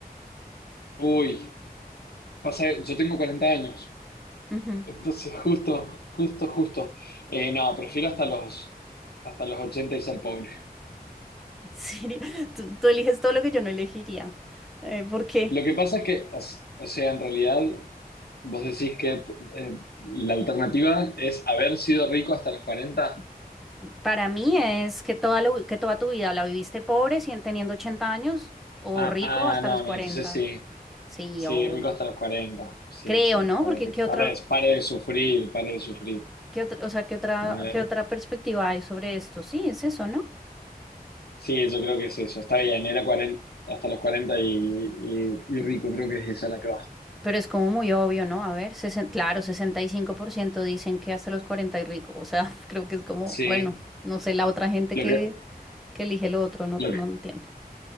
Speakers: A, on the left (about 85°); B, in the centre.
A: Uy, pasa, yo tengo 40 años,
B: Ujú.
A: <laughs> entonces justo, justo, justo. Eh, no, prefiero hasta los, hasta los 80 y ser pobre.
B: En serio, <laughs> tú, tú eliges todo lo que yo no elegiría. Eh, ¿por qué?
A: Lo que pasa es que, o s- o sea, en realidad, vos decís que eh, la alternativa es haber sido rico hasta los 40.
B: Para mí es que toda, la- que toda tu vida la viviste pobre, si- teniendo 80 años, o
A: Ah,
B: rico hasta
A: no,
B: los 40.
A: no, entonces sí.
B: Sí,
A: Sí,
B: obvio.
A: rico hasta los cuarenta, Sí,
B: Creo,
A: sí,
B: ¿no?
A: para
B: Porque
A: que
B: qué
A: pare,
B: otra,
A: pare de sufrir, pare de sufrir.
B: qué otra, o sea, qué otra,
A: A ver.
B: qué otra perspectiva hay sobre esto. Sí, es eso, ¿no?
A: Sí, yo creo que es eso. Está bien, era 40 hasta los 40 y, y- y rico, creo que es esa la que va.
B: Pero es como muy obvio, ¿no? A ver, sesen- claro, 65% dicen que hasta los 40 y rico. O sea, <laughs> creo que es como,
A: Sí,
B: bueno, no sé, la otra gente
A: lo
B: que,
A: que,
B: que elige lo otro, no,
A: lo
B: no
A: que,
B: entiendo.